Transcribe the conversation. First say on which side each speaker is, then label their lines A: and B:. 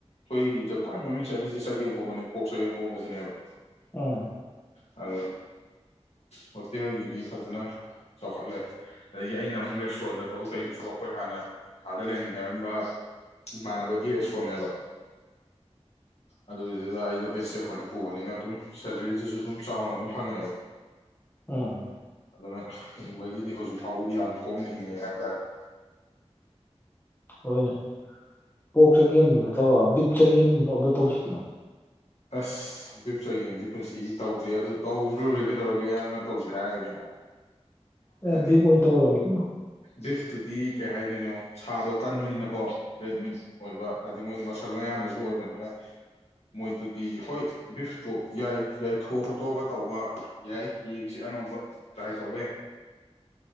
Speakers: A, on the left; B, on the left.
A: ꯑꯩꯈꯣꯏꯗ ꯈ꯭ꯋꯥꯏ ꯃꯃꯤꯡ ꯆꯠꯂꯤꯁꯦ ꯆꯒꯦꯝ ꯐꯣꯕꯅꯦ ꯄꯣꯛꯆꯒꯦꯄꯣꯝꯕꯖꯤꯅꯦꯕ
B: ꯎꯝ
A: ꯑ ꯍꯣꯠꯇꯦꯜꯒꯗꯤ ꯐꯖꯅ ꯆꯥꯎꯈꯠꯂꯦ ꯑꯗꯒꯤ ꯑꯩꯅ ꯑꯃꯨꯛ ꯔꯦꯁꯇꯨꯔꯦꯟꯗ ꯊꯕꯛ ꯇꯧꯗꯨꯁꯨ ꯑꯩꯈꯣꯏ ꯍꯥꯟꯅ ꯑꯥꯗ ꯂꯩꯃꯤꯟꯅꯔꯝꯕ ꯏꯃꯥꯟꯅꯕꯒꯤ ꯔꯦꯁꯇꯨꯔꯦꯟꯅꯦꯕ ꯑꯗꯨꯗꯨꯗ ꯑꯩ ꯒꯦꯁꯁꯦ ꯑꯩꯈꯣꯏꯅ ꯄꯨꯕꯅꯤꯅ ꯑꯗꯨꯝ ꯁꯦꯂꯔꯤꯗꯨꯁꯨ ꯑꯗꯨꯝ ꯆꯥꯎꯅ ꯑꯗꯨꯝ ꯐꯪꯉꯦꯕ
B: ꯎꯝ
A: ꯑꯗꯨꯅ ꯍꯤꯡꯕꯒꯤꯗꯤ ꯍꯧꯖꯤꯛ ꯐꯥꯎꯕꯗꯤ ꯌꯥꯝ ꯀꯣꯝꯅ ꯍꯤꯡꯉꯦ ꯍꯥꯏꯇꯥꯔꯦ
B: ꯍꯟ ꯄꯣꯛꯆꯒꯦꯝ ꯅꯇꯕ ꯕꯤꯞ ꯆꯒꯦꯝꯗꯣ ꯑꯝꯇ ꯇꯧꯁꯤ
A: ꯑꯁ ꯕꯤꯞ ꯆꯒꯦꯝꯗꯤ ꯄꯨꯟꯁꯤ ꯇꯧꯗ꯭ꯔꯤ ꯑꯗꯨ ꯇꯧꯗ꯭ꯔꯨꯔ ꯂꯣꯏꯔꯦ ꯀꯩꯗꯧꯔꯒꯦ ꯑꯌꯥꯝꯕꯅ ꯇꯧꯁꯤ ꯍꯥꯏꯔꯒꯗꯤ
B: ꯑꯦ
A: ꯍꯥꯏꯗꯤ
B: ꯕꯤꯑꯣꯏꯟ ꯇꯧꯔꯗꯣꯅꯤ <inaudible>
A: ꯕꯤꯐꯇꯨꯗꯤ ꯀꯩ ꯍꯥꯏꯗꯣꯏꯅꯣ ꯁꯥꯗꯣ ꯀꯟꯕꯅꯤꯅ ꯀꯣ ꯔꯦꯗ ꯃꯤꯠ ꯑꯣꯏꯕ ꯍꯥꯏꯗꯤ ꯃꯣꯏꯗꯤ ꯃꯁꯜꯅ ꯑꯌꯥꯝꯕ ꯑꯗꯨ ꯑꯣꯏꯕꯅꯤꯅ ꯃꯣꯏꯗꯨꯗꯤ ꯍꯣꯏ ꯕꯤꯐꯇꯣ ꯌꯥꯏ ꯊꯣꯛ ꯈꯣꯇꯣꯛꯑꯒ ꯇꯧꯕ ꯌꯥꯏ ꯌꯦꯡꯁꯤ ꯑꯅꯧꯕ ꯇ꯭ꯔꯥꯏ ꯇꯧꯕ ꯌꯥꯏ